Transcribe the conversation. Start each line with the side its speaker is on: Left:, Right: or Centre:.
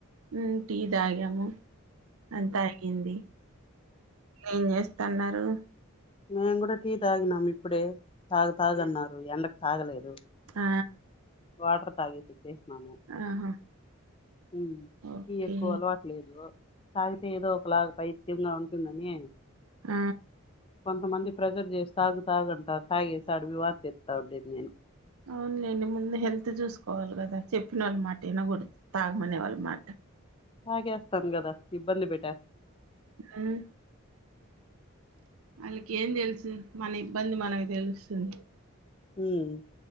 Right: మ్మ్ టీ తాగాము అంతా అయింది ఏం చేస్ త అన్నారు
Left: మేము గూడా టీ తాగినం ఇప్పుడే తాగు తాగన్నారు ఎండకు తాగలేదు
Right: ఆ
Left: వాటర్ తాగి తిట్టేస్నాను
Right: ఆహా
Left: మ్మ్
Right: ఓకే
Left: టీ ఎక్కువ అలవాటు లేదు తగితే ఏదో ఒకలాగా పైత్యంగా ఉంటుందని
Right: ఆ
Left: కొంతమంది ప్రెజర్ జేసి తాగు తాగు అంటారు తాగేస్తాడు వాత చెస్తావ్ దీన్ని
Right: అవునులేండి ముందు హెల్త్ జూసుకోవాలి కదా చెప్పిన వోళ్ళ మాట ఇనగూడదు తాగమనే వోళ్ళ మాట
Left: తాగేస్తాను గదా ఇబ్బంది బెట
Right: మ్మ్ ఆళ్ళకి ఏం దెలుసు మన ఇబ్బంది మనకి తెలుస్తుంది
Left: హ్మ్